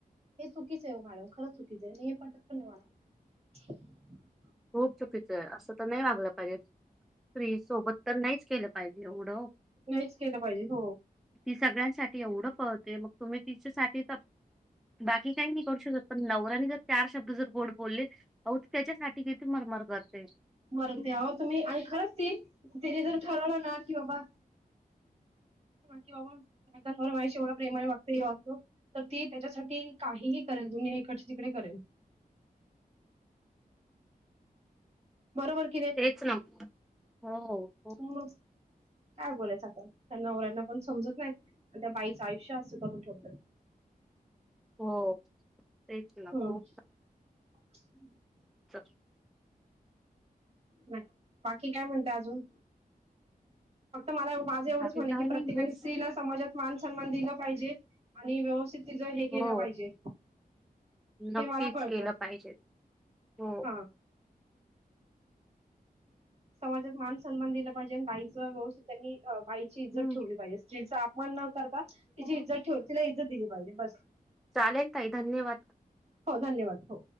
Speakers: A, on the right; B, in the centre.
A: हे चुकीच ओ मॅडम, खरच चुकीच ये मी हे पटत पण नई मला. <inaudible>
B: खूप चुकीच ये अस तर नाही वागल पाईजे. त्री सोबत तर नाहीच केल पाइजे एवढ.
A: नाहीच केलं पाहिजे हो
B: ती सगळ्यांसाठी एवढ कहते मग तुम्ही तिच्यासाठी ते बाकी कायी नायी करू शकत पण नवऱ्यानी जर चार शब्द जर गोड बोलले त्याच्यासाठी किती मरमर करते.
A: बर तेवा तुम्ही आणि खरच ती तिने जर ठरवल ना कि बाबा की बाबा माझ घर माझ्याशी एवढ प्रेमाने वागतय हे वागतो तर ती त्याच्यासाठी काही करेल इकड ची तिकडे करेन. बरोबर कि नायी?
B: तेच ना. हो खूप
A: काय बोलायच आत्ता त्या नवऱ्यांना पण समजत नाहीत आणि त्या बाईचं आयुष्य अस करून ठेवतात. <inaudible>
B: हो तेच ना
A: हम्म
B: खूप
A: <inaudible>
B: च
A: नायी, बाकी काय म्हणताये अजून? मला माझ एवढच
B: बाकी
A: म्हणण
B: काय
A: की
B: नाही
A: प्रत्येकाने
B: हेच
A: स्त्रीला समाजात मान सन्मान दिला पाहिजे आणि व्यवस्थित तिच हे केल
B: हो
A: पाहिजे हे
B: नक्कीच
A: मला कळतं
B: केल पाहिजे, हो
A: हा समाजात मान सन्मान दिला पाहिजे आणि बाईच व्यवस्थित त्यांनी बाईची इज्जत
B: हम्म
A: ठेवली पाहिजे, स्त्रीचा अपमान न करता तिची इज्जत ठेवली तिला इज्जत दिली पाहिजे बस.
B: चालेल ताई धन्यवाद.
A: हो धन्यवाद हो.